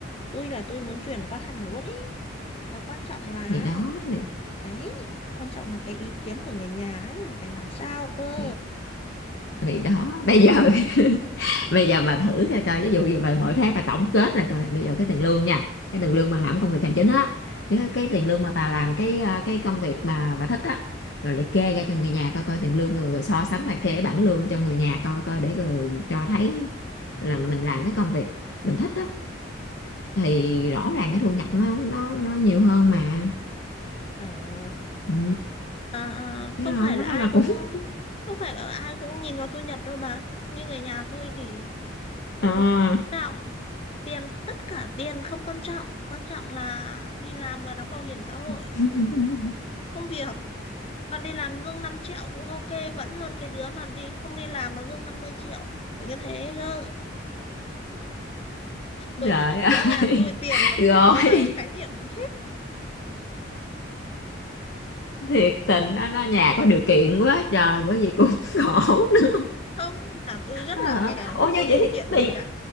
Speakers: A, on the left; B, on the left.
A: tôi là tôi muốn chuyển qua hẳn luôn ý mà quan trọng là
B: thì đó thì,
A: đấy quan trọng là cái ý kiến của người nhà ấy mình phải làm sao cơ
B: thì thì đó bây giờ <laughs> bây giờ bà thử coi coi ví dụ như bà mỗi tháng bà tổng kết là coi bây giờ cái tiền lương nha cái tiền lương mà làm công việc hành chính á với cái cái tiền lương mà bà làm cái ờ, cái công việc mà bà thích á rồi liệt kê ra cho người nhà coi coi tiền lương rồi rồi so sánh liệt kê cái bảng lương cho người nhà coi coi để rồi cho thấy là mình làm cái công việc mình thích á thì rõ ràng cái thu nhập nó nó nó nhiều hơn mà
A: À,
B: ừ.
A: à, à,
B: thấy
A: không
B: không
A: phải là
B: cái đó
A: ai
B: là
A: cũng
B: cũng <laughs>
A: không phải là ai cũng nhìn vào thu nhập đâu bà. Như người nhà tôi thì
B: Ờ.
A: không quan trọng tiền tất cả tiền không quan trọng, quan trọng là đi làm và đóng bảo hiểm xã hội,
B: <laughs>
A: công việc. Còn đi làm lương 5 triệu cũng ok, vẫn hơn cái đứa mà đi không đi làm mà lương 50 triệu. Kiểu như thế cơ. Với
B: trời
A: <laughs>
B: ơi
A: với nhà tôi tiền
B: <laughs>
A: nó
B: rồi
A: không có là cái khái niệm gì
B: thiệt tình nó nó nhà có điều kiện quá trời bởi vì cũng <laughs> khổ nữa
A: không nhà tôi rất
B: Hả?
A: là nghèo
B: ủa
A: không
B: như
A: có điều
B: vậy thì
A: kiện
B: tiền
A: gì cả